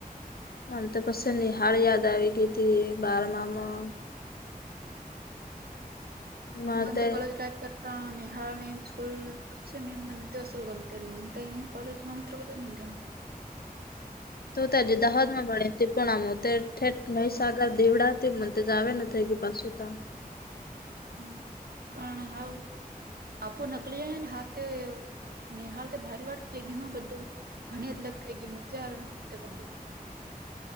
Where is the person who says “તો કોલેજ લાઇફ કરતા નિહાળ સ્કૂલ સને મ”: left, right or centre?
Right